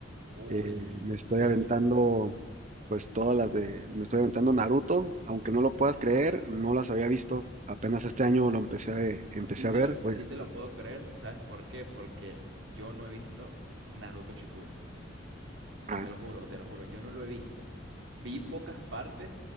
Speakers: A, on the right; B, on the right.
A: Uy,
B: Eh, me estoy
A: yo,
B: aventando,
A: yo, yo.
B: pues todas las de, me estoy aventando Naruto, aunque no lo puedas creer, no las había visto. Apenas este año lo empecé a, eh, empecé
A: Sí te
B: a ver.
A: lo,
B: Bueno,
A: sí te lo puedo creer, ¿sabes por qué? Porque yo no he visto Naruto Shippuden.
B: ah,
A: Te lo juro, te lo juro, yo no lo he visto. Vi pocas partes,